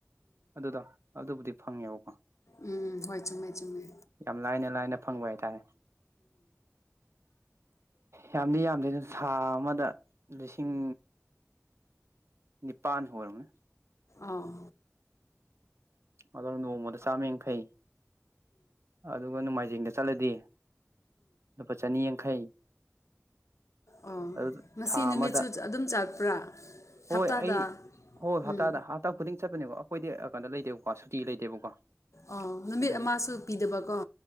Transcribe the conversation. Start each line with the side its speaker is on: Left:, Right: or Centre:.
Right: ꯑꯗꯨꯗꯣ ꯑꯗꯨꯕꯨꯗꯤ ꯐꯪꯉꯦꯕꯀꯣ
Left: ꯎꯝ ꯍꯣꯏ ꯆꯨꯝꯃꯦ ꯆꯨꯝꯃꯦ
Right: ꯌꯥꯝ ꯂꯥꯏꯅ ꯂꯥꯏꯅ ꯐꯪꯕ ꯍꯥꯏꯇꯥꯔꯦ ꯌꯥꯝꯗꯤ ꯌꯥꯝꯗꯦ ꯑꯗꯨ ꯊꯥ ꯑꯃꯗ ꯂꯤꯁꯤꯡ ꯅꯤꯄꯥꯟ ꯑꯣꯏꯔꯝꯃꯅꯤ
Left: ꯑꯥ
Right: ꯑꯣ ꯅꯣꯡꯃꯗ ꯆꯥꯝꯃ ꯌꯥꯡꯈꯩ ꯑꯗꯨꯒ ꯅꯣꯡꯃꯥꯏꯖꯤꯡꯗ ꯆꯠꯂꯗꯤ ꯂꯨꯄꯥ ꯆꯅꯤ ꯌꯥꯡꯈꯩ
Left: ꯑꯣ
Right: ꯑꯗꯨ
Left: ꯉꯁꯤ
Right: ꯊꯥ
Left: ꯅꯨꯃꯤꯠꯁꯨ
Right: ꯑꯃꯗ
Left: ꯑꯗꯨꯝ ꯆꯠꯄ꯭ꯔꯥ ꯍꯞꯇꯥꯗ
Right: ꯍꯣꯏ ꯑꯩ ꯍꯣꯏ
Left: ꯎꯝ
Right: ꯍꯞꯇꯥꯗ ꯍꯞꯇꯥ ꯈꯨꯗꯤꯡ ꯆꯠꯄꯅꯦꯀꯣ ꯑꯩꯈꯣꯏꯗꯤ ꯀꯥꯟꯗ ꯂꯩꯇꯦꯕꯀꯣ ꯁꯨꯇꯤ ꯂꯩꯇꯦꯕꯀꯣ
Left: ꯑꯣ ꯅꯨꯃꯤꯠ
Right: ꯑꯗꯨꯒꯤ
Left: ꯑꯃꯁꯨ ꯄꯤꯗꯕꯀꯣ